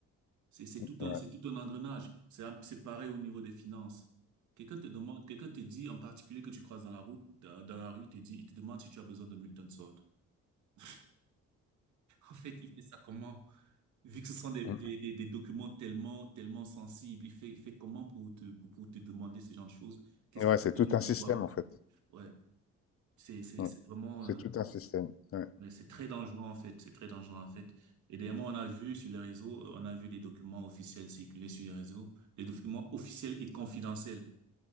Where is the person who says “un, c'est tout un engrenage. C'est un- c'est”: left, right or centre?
Right